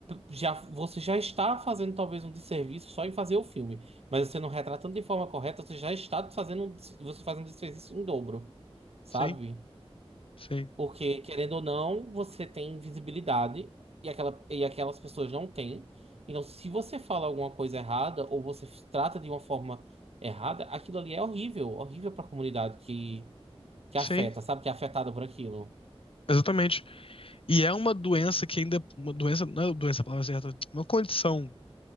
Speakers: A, on the right; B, on the left.
A: Já, você já está fazendo talvez um desserviço só em fazer o filme. Mas você não retratando de forma correta, você já está fazendo, um des- você faz um desserviço em dobro, sabe?
B: sim, sim,
A: Porque, querendo ou não, você tem visibilidade e, aquela, e aquelas pessoas não têm. Então, se você fala alguma coisa errada ou você f- trata de uma forma errada, aquilo ali é horrível, horrível para a comunidade que, que
B: sim.
A: afeta, sabe? Que é afetada por aquilo.
B: Exatamente. E é uma doença que ainda. Uma doença. Não é doença a palavra certa. Uma condição.